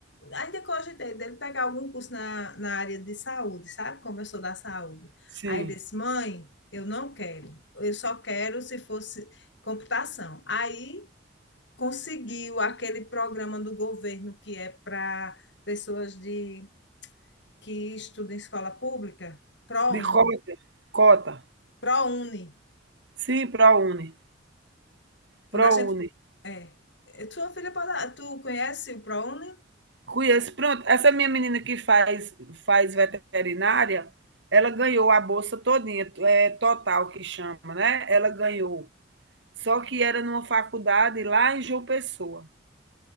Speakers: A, on the left (about 65°); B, on the right (about 65°).
A: ainda cogitei dele pegar algum curso na, na área de saúde, sabe? Como eu sou da saúde.
B: Sim.
A: Aí ele disse, mãe, eu não quero, eu só quero se fosse computação. Aí conseguiu aquele programa do governo que é para pessoas de que estuda em escola pública, ProUni,
B: De cota. Cota.
A: ProUni.
B: Sim, ProUni.
A: Quando
B: ProUni.
A: a gente é, eh, tua filha pode, tu conhece o ProUni?
B: Conheço. Pronto, essa minha menina que faz, faz veterinária, ela ganhou a bolsa todinha, é total que chama, né? Ela ganhou. Só que era numa faculdade lá em João Pessoa.